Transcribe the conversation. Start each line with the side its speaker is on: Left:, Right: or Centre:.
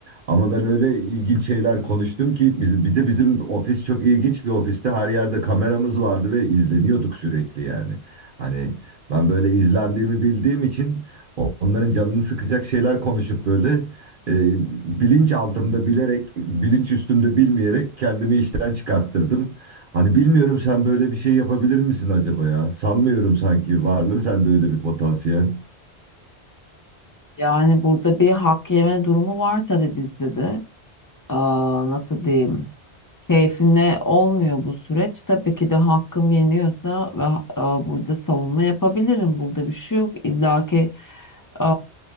Right: Ama ben öyle ilginç şeyler konuştum ki biz, bir de bizim ofis çok ilginç bir ofiste her yerde kameramız vardı ve izleniyorduk sürekli yani. Hani ben böyle izlendiğimi bildiğim için o- onların canını sıkacak şeyler konuşup böyle e, bilinç altımda bilerek, bilinç üstümde bilmeyerek kendimi işten çıkarttırdım. Hani bilmiyorum sen böyle bir şey yapabilir misin acaba ya? Sanmıyorum sanki var mı sende öyle bir potansiyel?
Left: Yani burada bir hak yeme durumu var tabii bizde de. Aa, nasıl diyeyim? keyfine olmuyor bu süreç. Tabii ki de hakkım yeniyorsa ve e, burada savunma yapabilirim. Burada bir şey yok. İlla ki e,